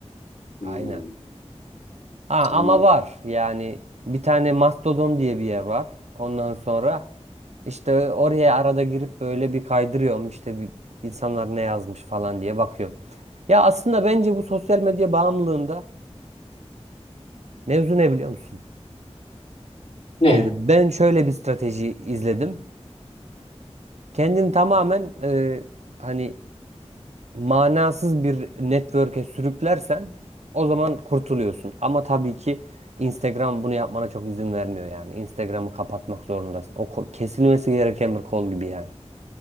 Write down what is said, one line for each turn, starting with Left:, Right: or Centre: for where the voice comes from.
Left: hmm,
Right: Aynen. Ha ama
Left: anladım.
Right: var. Yani bir tane Mastodon diye bir yer var. Ondan sonra işte oraya arada girip böyle bir kaydırıyorum. İşte bir, insanlar ne yazmış falan diye bakıyorum. Ya aslında bence bu sosyal medya bağımlılığında mevzu ne biliyor musun?
Left: Ne?
Right: Ee, ben şöyle bir strateji izledim. Kendini tamamen e, hani manasız bir network'e sürüklersen o zaman kurtuluyorsun. Ama tabii ki Instagram bunu yapmana çok izin vermiyor yani. Instagram'ı kapatmak zorundasın. O ko- kesilmesi gereken bir kol gibi yani.